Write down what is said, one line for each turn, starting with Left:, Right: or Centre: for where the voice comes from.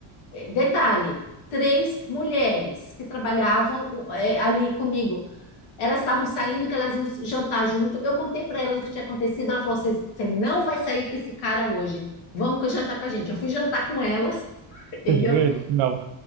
Left: Eh, Detalhe, três mulheres que trabalhavam eh, ali comigo. Elas estavam saindo, que elas iam jantar junto. Eu contei para elas o que tinha acontecido. Ela falou: você não vai sair com esse cara hoje. Vamos que eu jantar com a gente. Eu fui jantar com elas, <laughs> entendeu?
Right: Você avisou ele? Não.